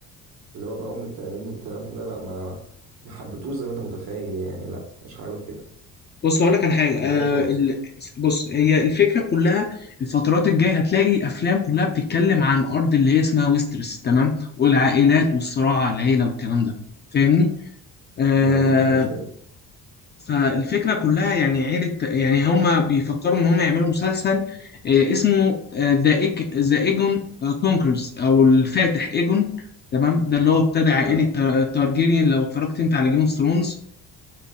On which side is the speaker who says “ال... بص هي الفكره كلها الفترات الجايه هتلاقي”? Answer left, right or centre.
Left